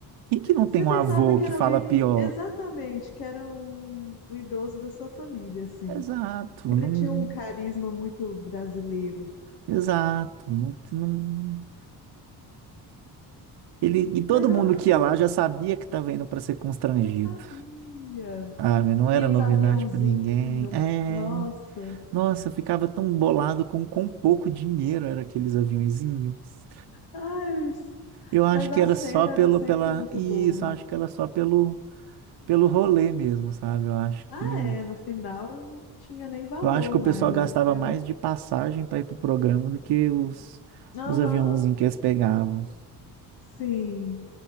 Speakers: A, on the right (about 80°); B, on the left (about 65°).
A: quem que não
B: Você
A: tem
B: pensava
A: um avô
B: que
A: que
B: era
A: fala
B: alguém,
A: pior?
B: exatamente, que era um, um idoso da sua família, assim.
A: Exato, não.
B: Ele tinha um carisma muito brasileiro.
A: Exato, não, não... Ele, e todo
B: Mas eu
A: mundo
B: lembro,
A: que ia lá já sabia que estava indo para ser constrangido.
B: já sabia.
A: Sabe? Não
B: E
A: era
B: os
A: novidade
B: aviãozinhos,
A: para ninguém. É,
B: nossa.
A: nossa, eu ficava tão bolado com quão pouco dinheiro era aqueles aviõezinhos.
B: Ai,
A: Eu acho
B: mas
A: que
B: a
A: era
B: cena
A: só pelo,
B: era sempre
A: pela,
B: muito
A: isso,
B: boa.
A: eu acho que era só pelo, pelo rolê mesmo, sabe? Eu acho
B: Ah,
A: que nin-
B: é, no final não tinha nem valor
A: eu acho que
B: mais,
A: o pessoal gastava
B: era pelo.
A: mais de passagem para ir pro programa do que os,
B: Aham,
A: os aviãozinhos que eles pegavam.
B: sim.